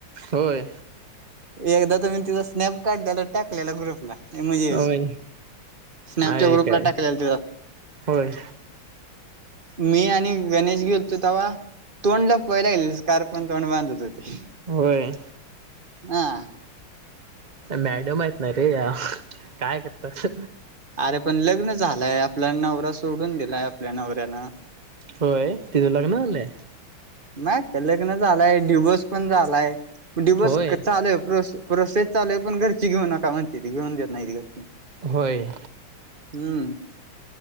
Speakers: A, on the right; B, on the right.
A: होय
B: एकदा तुम् तिथ स्नप काढला टाकलेला ग्रुपला म्हणजे
A: होय
B: स्नॅपच्या
A: आहे
B: ग्रुपला
A: काय
B: टाकलेला तुला
A: होय.
B: मी आणि गणेश गेलतो तवा तोंड लपवायला येणार स्कार्फ ने तोंड बांधत होती.
A: होय
B: हा.
A: मॅडम आहेतत ना रे या काय करतात.
B: अरे पण लग्न झालंय आपला नवरा सोडून दिलाय आपल्या नवऱ्यानं.
A: होय तिथं लग्न झालंय.
B: नाही कलग्न झालाय ड्युबोस पण झालाय. ण डि बर्स
A: होय
B: चालयोसेस चालय पण घरची घेऊ नका म्हणते त घेऊन देत नाही घर
A: होय
B: हम्म